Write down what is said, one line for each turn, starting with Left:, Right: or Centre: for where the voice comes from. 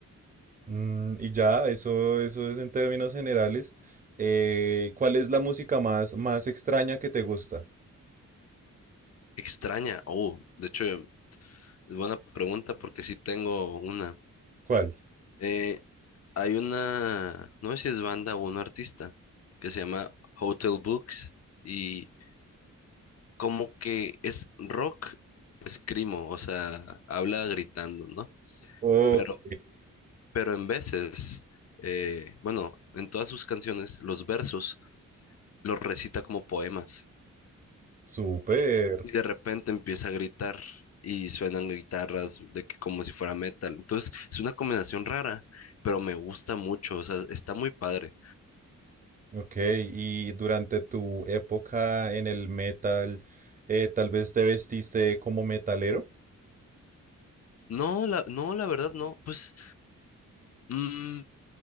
Right: Mm, y ya, eso, eso es en términos generales. Eh, ¿cuál es la música más, más extraña que te gusta?
Left: Extraña. Oh, de hecho, es buena pregunta porque sí tengo una.
Right: ¿Cuál?
Left: Eh, hay una, no sé si es banda o un artista que se llama Hotel Books y como que es rock escrimo, o sea, habla gritando, ¿no?
Right: Ok,
Left: Pero, pero en veces, eh, bueno, en todas sus canciones, los versos los recita como poemas.
Right: súper.
Left: y de repente empieza a gritar y suenan guitarras de que como si fuera metal. Entonces, es una combinación rara, pero me gusta mucho, o sea, está muy padre.
Right: Ok, y durante tu época en el metal, eh, tal vez te vestiste como metalero.
Left: No, la, no, la verdad no, pues Mm,